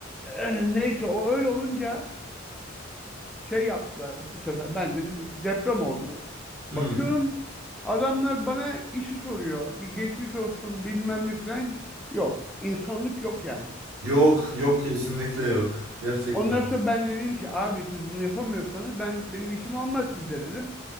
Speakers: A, in the centre; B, on the right.
A: <clears throat> neyse o öyle olunca şey yaptılar bu sefer. Ben de dedim ki deprem oldu.
B: Hı.
A: Bakıyorum adamlar bana işi soruyor. Bir geçmiş olsun bilmem ne falan yok. İnsanlık yok yani.
B: Yok, yok kesinlikle yok. Gerçekten.
A: Ondan sonra ben dedim ki abi siz bunu yapamıyorsanız ben benim işim olmaz sizde dedim.